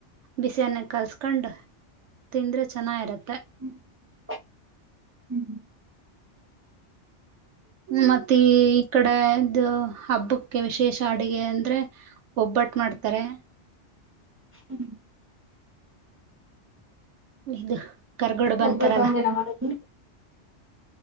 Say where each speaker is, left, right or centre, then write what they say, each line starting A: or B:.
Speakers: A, on the right (about 75°); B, on the right (about 20°).
A: ಬಿಸ್ಣ ಕಲ್ಸ್ ಕಂಡ ತಿಂದ್ರ <inaudible> ಚೆನ್ನಾಗಿರುತ್ತೆ
B: ಹ್ಮ್ <unintelligible> ಹ್ಮ್
A: ಮತ್ತ ಈ ಈ ಕಡೆದು ಹಬ್ಬಕ್ಕೆ ವಿಶೇಷ ಅಡುಗೆ ಅಂದ್ರೆ ಒಬ್ಬಟ್ಟ ಮಾಡ್ತಾರೆ
B: ಹ್ಮ್
A: ಇದು ಕರ್ಗಡು ಬಂತಾರಲ್ಲ.
B: ಒಬ್ಬಟ್ಟು ಒಂದಿನ ಮಾಡೋದು